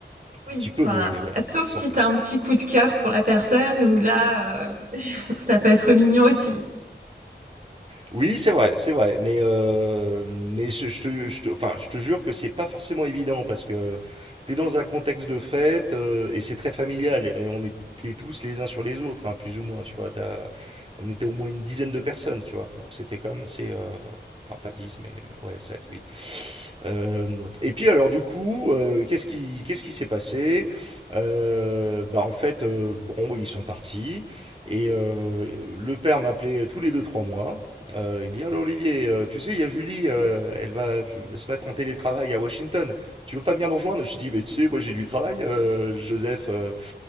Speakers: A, on the right (about 45°); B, on the right (about 30°).
A: Oui,
B: Un petit peu,
A: enfin,
B: mais voilà,
A: sauf
B: sans
A: si
B: plus.
A: tu as un petit coup de cœur pour la personne, ou là, euh, <laughs> ça peut être mignon aussi.
B: Oui, c'est vrai, c'est vrai. Mais, euh, mais je, je te, je te- enfin, je te jure que c'est pas forcément évident parce que t'es dans un contexte de fête euh, et c'est très familial. Et on était tous les uns sur les autres, hein, plus ou moins. Tu vois, t'as- on était au moins une dizaine de personnes, tu vois. Donc c'était quand même assez, euh, enfin pas dix, mais euh, ouais, sept, huit. Euh, et puis alors du coup, euh, qu'est-ce qui qu'est-ce qui s'est passé euh, Bah en fait, euh, bon, ils sont partis et euh, le père m'appelait tous les deux trois mois. Euh, il me dit alors Olivier, euh, tu sais, il y a Julie, euh, elle va se mettre en télétravail à Washington. Tu veux pas venir nous rejoindre Je dis mais tu sais, moi j'ai du travail, euh, Joseph. euh,